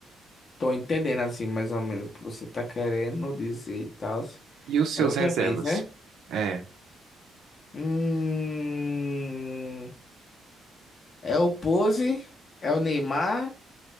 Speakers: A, on the left; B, on the right.
A: Tô entendendo assim, mais ou menos, o que você tá querendo dizer e tal.
B: E os seus
A: Agora
B: reservas?
A: é minha vez, né?
B: É,
A: Hum, é o Pose, é o Neymar,